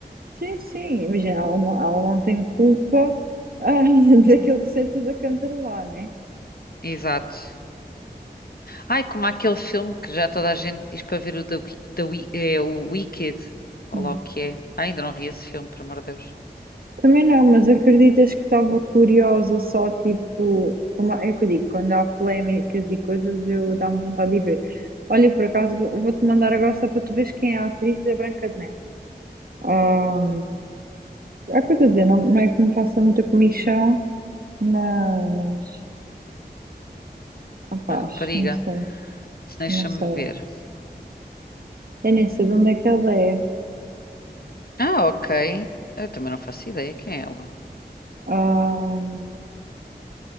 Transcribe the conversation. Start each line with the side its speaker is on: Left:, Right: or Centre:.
Right: Sim, sim. Imagina, ela não, ela não tem culpa ah, <laughs> daquele ser tudo a cantarolar, né?
Left: Exato. Ai, como aquele filme que já toda a gente diz para ver o, da, da Wi- é, o Wicked. Olha
Right: Hum.
Left: lá o que é. Ai, ainda não vi esse filme, por amor de Deus.
Right: Também não, mas acreditas que estava curiosa só tipo, uma, é o que eu digo, quando há polémicas e coisas eu dá-me vontade de ver. Olha, por acaso vou- vou-te mandar agora só para tu veres quem é a atriz da Branca de Neve. Ah, é o que eu estou a dizer, não, não é que me faça muita comichão, mas rapaz,
Left: A rapariga.
Right: não sei,
Left: Deixa-me
Right: não sei.
Left: ver.
Right: Eu nem sei de onde é que ela é.
Left: Ah, ok. Eu também não faço ideia quem é ela.
Right: Ah,